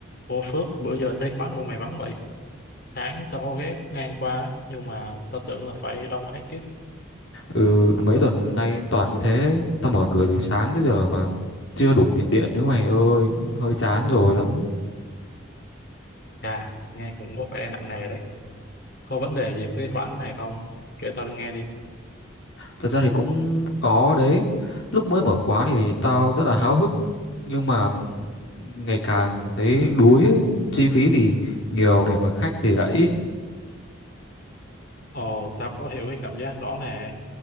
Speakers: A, on the left; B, on the left.
A: Ô Phước, bữa giờ thấy quán của mày vắng vậy. Sáng tao có ghé ngang qua, á, nhưng mà tao tưởng là phải đông khách chứ.
B: Ừ, mấy tuần nay toàn như thế đấy. Tao mở cửa từ sáng tới giờ mà chưa đủ tiền điện nữa mày ơi, hơi chán rồi lắm.
A: Chà, nghe cũng có vẻ nặng nề đấy. Có vấn đề gì với cái quán này không? Kể tao nghe đi.
B: Thật ra thì cũng có đấy. Lúc mới mở quán thì tao rất là háo hức, nhưng mà ngày càng thấy đuối ấy. Chi phí thì nhiều này mà khách thì lại ít.
A: Ồ, tao có hiểu cái cảm giác đó nè.